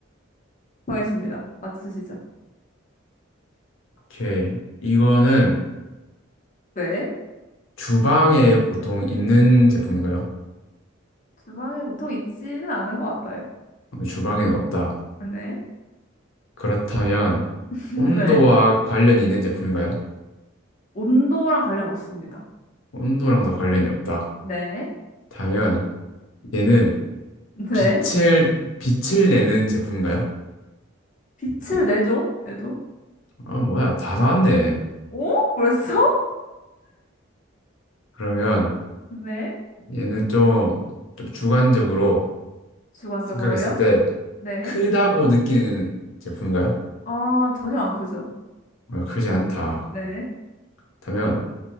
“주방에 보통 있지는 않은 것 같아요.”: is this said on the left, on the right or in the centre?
Left